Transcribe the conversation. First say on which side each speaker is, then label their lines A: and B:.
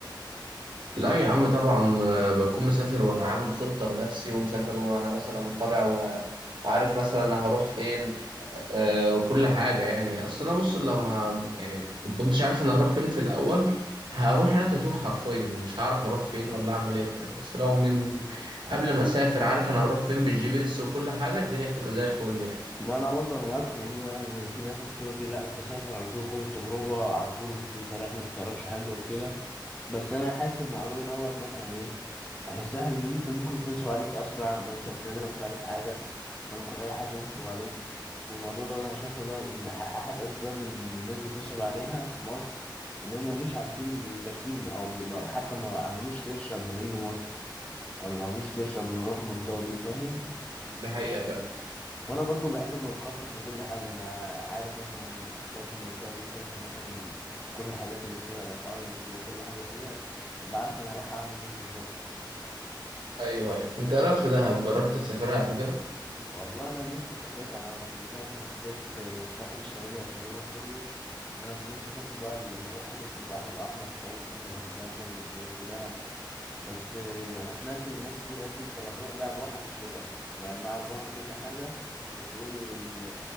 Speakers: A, on the right (about 80°); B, on the left (about 15°).
A: لا يا عم طبعا آه، بكون مسافر وانا عامل خطة لنفسي ومسافر وانا مثلا طالع و- وعارف مثلا انا هروح فين آه، وكل حاجة يعني اصل انا بص لو ما يعني ما كنتش عارف انا هروح فين في الاول هروح هناك اتوه حرفيا مش هعرف اروح فين ولا اعمل ايه فاهم بس لو من قبل ما اسافر عارف انا هروح فين بالجي بي اس وكل حاجة الدنيا بتبقى زي
B: مم.
A: الفل يعني
B: ما انا برضه انا معاك في الموضوع ده ان في ناس مثلا تقول لك إيه، لا انت سافر على طول خد التجربه على طول انت رايح ما تعرفش حاجه وكده بس انا حاسس الموضوع دوت مثلا ايه هيسهل ان انت ممكن يتنصب عليك اسرع لو انت كده كده مش عارف حاجه فممكن اي حد ينصب عليك والموضوع دوت انا شايفه ده من أح- احد اسباب ان الناس بتنصب عليها في مصر ان هم مش عارفين مش دارسين او م- ما- حتى ما عملوش سيرش قبل ما يجوا مصر او ما عملوش سيرش قبل ما يروحوا المنطقه دي فاهم
A: ده حقيقة فعلا
B: وانا برضو بحب ابقى مخطط لكل حاجه انا عارف مثلا شايف المنطقه دي شايف مثلا كل الحاجات اللي فيها الاسعار اللي فيها كل حاجه فيها بعرف انا رايح اعمل ايه بالظبط
A: ايوه ايوه انت إيه رايك في دهب جربت تسافرها قبل كده
B: والله انا نفسي اسافر انا زي ما قلت لك انا سافرت الساحل الشمالي تقريبا كله فانا كان نفسي اسافر بقى ل- اروح حتت في البحر الاحمر كنت عايز اشوف الغردقه شرم الشيخ ودهب بس انا سمعت ناس كتير قالت لي انت لا تروح دهب روحها في الشتاء مع انها على البحر وكل حاجه بس بيقول لي ال-